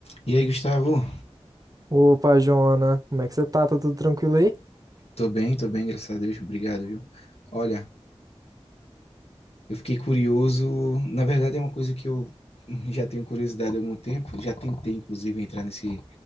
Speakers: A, on the left; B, on the right.
A: E aí, Gustavo?
B: Opa, Joana, como é que você tá? Tá tudo tranquilo aí?
A: Tô bem, tô bem, graças a Deus. Obrigado, viu? Olha, eu fiquei curioso. Na verdade, é uma coisa que eu já tenho curiosidade há algum tempo. Já tentei, inclusive, entrar nesse